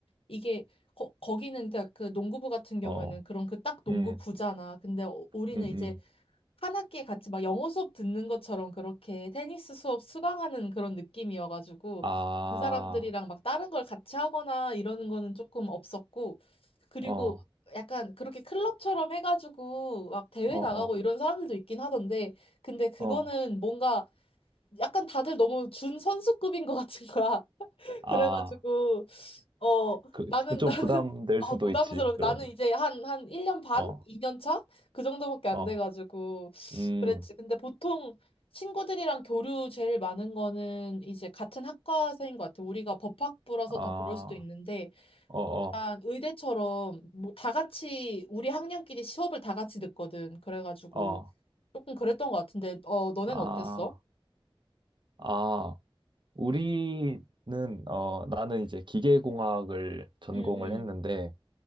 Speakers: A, on the left; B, on the right.
A: 이게 거, 거기는 그냥 그 농구부 같은 경우에는
B: 어,
A: 그런 그 딱 농구부잖아.
B: 음,
A: 근데 어- 우리는
B: 음,
A: 이제
B: 음.
A: 한 학기에 같이 막 영어 수업 듣는 것처럼 그렇게 테니스 수업 수강하는 그런 느낌이어가지고
B: 아,
A: 그 사람들이랑 막 다른 걸 같이 하거나 이러는 거는 조금 없었고 그리고
B: 어,
A: 약간 그렇게 클럽처럼 해가지고 막 대회
B: 어,
A: 나가고
B: 어,
A: 이런 사람들도 있긴 하던데 근데 그거는
B: 어.
A: 뭔가 약간 다들 너무 준 선수급인 것 같은 거야. <laughs>
B: 아,
A: 그래가지고 어,
B: 그,
A: 나는,
B: 지금 좀
A: 나는,
B: 부담될
A: 어,
B: 수도
A: 부담스러워.
B: 있지, 그러면.
A: 나는 이제 한, 한 1년 반?
B: 어,
A: 2년 차? 그 정도밖에 안
B: 어,
A: 돼가지고.
B: 음,
A: 그랬지. 근데 보통 친구들이랑 교류 제일 많은 거는 이제 같은 학과생인 것 같아. 우리가 법학부라서
B: 아,
A: 더 그럴 수도 있는데,
B: 어, 어,
A: 약간 의대처럼 뭐 다 같이, 우리 학년끼리 수업을 다 같이 듣거든. 그래가지고
B: 어,
A: 조금 그랬던 것 같은데, 어, 너넨
B: 아,
A: 어땠어?
B: 아. 우리는 어 나는 이제 기계공학을 전공을
A: 응, 응.
B: 했는데